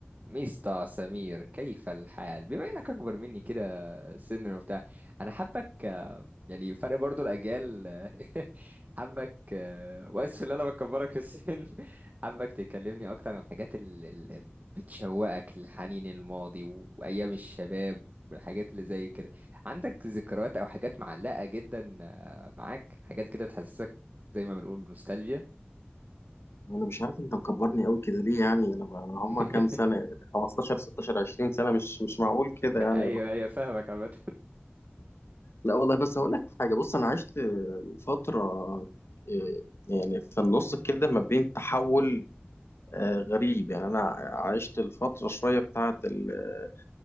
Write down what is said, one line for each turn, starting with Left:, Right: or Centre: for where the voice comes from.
Right: ميستا سمير كيف الحال بما انك اكبر مني كده سنا وبتاع انا حابك يعني فرق برضو الاجيال <laughs> حابك واسف ان انا بكبرك في السن <laughs> حابك تكلمني اكتر عن الحاجات اللي اللي بتشوقك لحنين الماضي وايام الشباب والحاجات اللي زي كده عندك ذكريات او حاجات معلقة جدا آه، معاك حاجات كده بتحسسك زي ما بنقول بنوستالجيا
Left: انا مش عارف انت مكبرني قوي كده ليه يعني انا ما-
Right: <laughs>
Left: هم كام سنه يعني 15 16 20 سنه مش مش معقول كده يعني
Right: ايوه ايوه فاهمك عامة
Left: لا والله بس هقول لك حاجه بص انا عشت فتره آه، يعني في النص كده ما بين تحول آه، غريب يعني انا عشت الفتره شويه بتاعه ال-